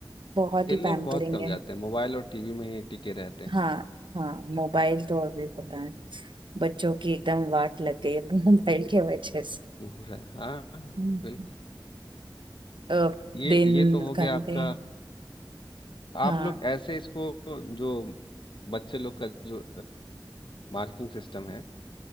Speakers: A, on the right; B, on the left.
A: बहुत
B: खेलने
A: ही पैम्परिंग
B: पे बहुत कम
A: है
B: जाते हैं मोबाइल और टीवी में ही टिके रहते हैं
A: हाँ हाँ मोबाइल तो अभी पता है बच्चों की एकदम वाट लग गई है <laughs> मोबाइल के वजह से
B: पूरा हाँ हाँ,
A: हम्म।
B: बिल्कुल
A: अ,
B: ये
A: दिन
B: ये तो हो गया
A: घंटे
B: आपका
A: हाँ
B: आप लोग ऐसे इसको जो बच्चे लोग का जो मार्किंग सिस्टम है